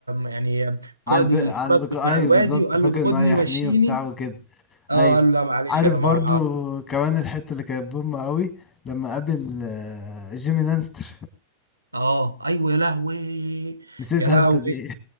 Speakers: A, on the right (about 85°); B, on the left (about 35°).
A: يعني قائد
B: على الب...
A: الحرس
B: على الق-
A: بتاع
B: ايوه
A: الوادي
B: بالظبط
A: وقال
B: فاكر
A: له
B: انه
A: خدني
B: هيحميه
A: ومشيني
B: وبتاع وكده
A: اه
B: ايوه
A: قال له لا معلش
B: عارف
A: انا ما
B: برضو كمان الحتة اللي كانت بوم قوي لما قابل آه، جيمي لانستر
A: اه ايوه يا لهوي
B: نسيتها
A: يا لهوي
B: انت دي